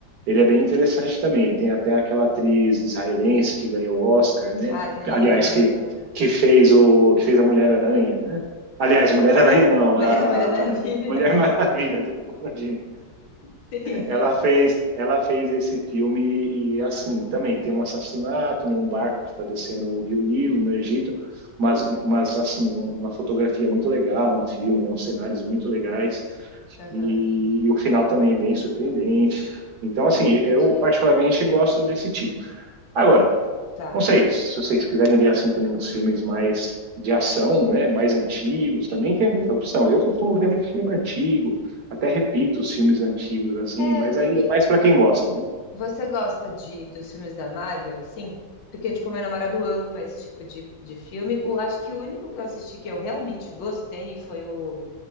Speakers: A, on the right; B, on the left.
A: Ele é bem interessante também. Tem até aquela atriz israelense que ganhou o Oscar, né?
B: Ah, que linda,
A: Aliás,
B: maravilhosa.
A: que, que fez o que fez a Mulher Aranha, né? Aliás, Mulher Aranha não,
B: Maria,
A: a
B: Maria Maravilha.
A: Mulher Maravilha, tô confundindo.
B: <laughs> Sim,
A: Ela
B: sim.
A: fez, ela fez esse filme e assim, também tem um assassinato num barco que está descendo o Rio Nilo no Egito, mas mas assim, uma fotografia muito legal no filme, né? Uns cenários muito legais
B: Aham,
A: e o final também bem surpreendente. Então, assim,
B: entendi.
A: eu particularmente gosto desse tipo. Agora,
B: Gos- Tá.
A: não sei, se vocês quiserem ver assim também uns filmes mais de ação, né, mais antigos, também tem muita opção. Eu costumo ver muito filme antigo, até repito os filmes antigos assim,
B: É,
A: mas
B: eu também.
A: aí é mais para quem gosta, né?
B: Você gosta de, dos filmes da Marvel, assim? Porque, tipo, meu namorado ama esse tipo de, de filme. O, acho que o único que eu assisti que eu realmente gostei foi o.